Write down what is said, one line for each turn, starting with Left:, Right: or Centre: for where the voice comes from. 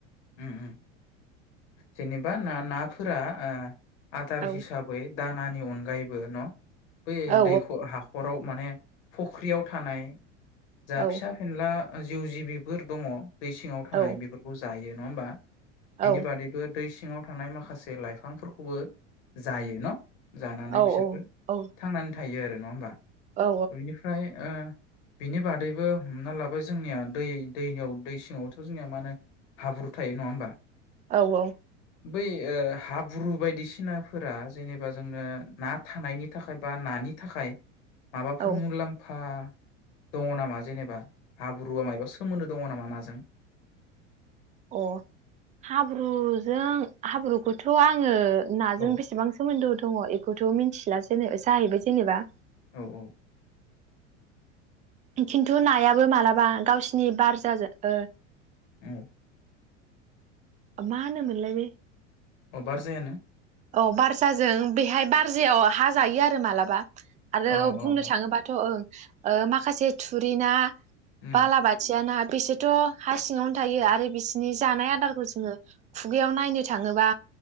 Left: ओम ओम जेनेबा ना ना फोरा ओ आदार
Right: औ
Left: हिसाबै दानानि अनगायैबो न? बे
Right: औ
Left: दैख' हाखर आव माने फुख्रियाव थानाय जा
Right: औ
Left: फिसा फेनला जिउ जिबिफोर दङ' दै सिङाव थानाय
Right: औ
Left: बेफोरखौ जायो। नङा होमबा? बिनि
Right: औ
Left: बादैबो दै सिङाव थानाय माखासे लाइफांफोरखौबो जायो न'? जानानै
Right: औ
Left: बिसोरबो
Right: औ
Left: थांनानै थायो आरो नङा होमबा?
Right: औ
Left: बेनिफ्राय ओ बिनि बादैबो हमना लाबाय जोंनिया दै दैयाव दै सिङावथ' जोंनिया मा होनो हाब्रु थायो नङा होमबा?
Right: औ औ।
Left: बै ओ हाब्रु बायदिसिनाफोरा जेनेबा जोंनो ना थानायनि थाखाय बा नानि थाखाय माबाफोर
Right: औ
Left: मुलाम्फा दङ नामा जेनेबा, हाब्रुआ मायबा सोमोन्दो दङ नामा नाजों?
Right: अ हाब्रुजों हाब्रुखौथ' आङो नाजों
Left: औ
Right: बेसेबां सोमोन्दो दङ एखौथ' मिन थिला जेने जाहैबाय जेनेबा
Left: औ औ।
Right: खिन्थु नायाबो मालाबा गावसिनि बारजाजों ओ
Left: औ।
Right: मा होनो मोनलाय बे
Left: अ बारजायानो।
Right: औ बारजाजों बेहाय बारजायाव हा जायो आरो माला बा आरो
Left: अ अ
Right: बुंनो
Left: अ
Right: थाङोबाथ' ओं। ओ माखासे थुरि ना
Left: उम
Right: बाला बाथिया ना बिसोरथ' हा सिङावनो थायो आरो बिसोरनि जानाय आदारखौ जों खुगायाव नायनो थाङोबा